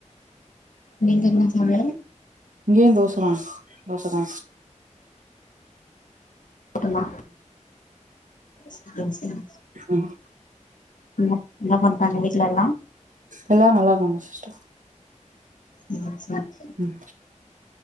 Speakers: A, on the left; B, on the right.
A: நீங்க என்ன தோழி
B: இங்கயு தோச தா தோச தா
A: ஆமா சேரி சேரி
B: ம்
A: ம் என்ன பண்றாங்க வீட்லலா
B: எல்லா நல்லாருக்காங்க
A: ம் சேரி
B: ம்